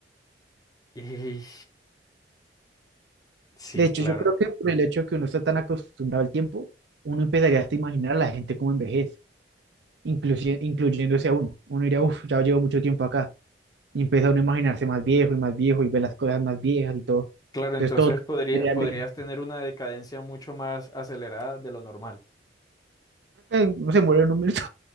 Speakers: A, on the left; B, on the right.
A: Y sí,
B: De hecho,
A: claro.
B: yo creo que por el hecho de que uno está tan acostumbrado al tiempo, uno empezaría hasta a imaginar a la gente como envejece. inclusi- incluyéndose a uno. Uno diría, uff, ya llevo mucho tiempo acá. Y empieza uno a imaginarse más viejo y más viejo y ve las cosas más viejas y todo.
A: Claro,
B: Entonces
A: entonces
B: todo
A: podría,
B: tendría
A: podrías
B: enveje-
A: tener una decadencia mucho más acelerada de lo normal.
B: eh, No se muere en un minuto.